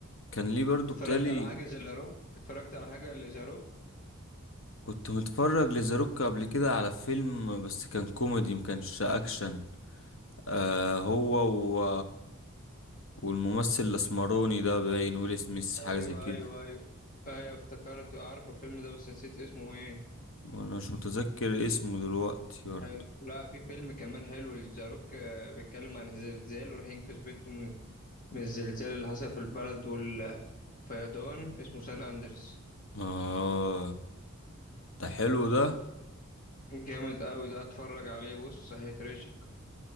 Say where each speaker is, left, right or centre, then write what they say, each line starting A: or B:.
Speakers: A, on the left (about 60°); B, on the left (about 40°).
A: كان ليه برضو
B: اتفرجت
A: بتالي
B: على حاجة زي لاروك اتفرجت على حاجة لزاروك
A: كنت متفرج لزاروك قبل كده على فيلم بس كان كوميدي مكانش اكشن آه هو و... والممثل الاسمروني ده باين ويل سميث
B: ايوه
A: حاجة زي كده
B: ايوه ايوه ايوه افتكرت اعرف الفيلم ده بس نسيت اسمه ايه
A: وانا مش متذكر اسمه دلوقتي برضو
B: حلو لا في فيلم كمان حلو لذا روك آه، بيتكلم عن الزلزال وراح ينقذ بنته من من الزلزال اللي حصل في البلد والفيضان اسمه سان أندرس
A: اه ده حلو ده
B: جامد قوي ده اتفرج عليه بص هيترشك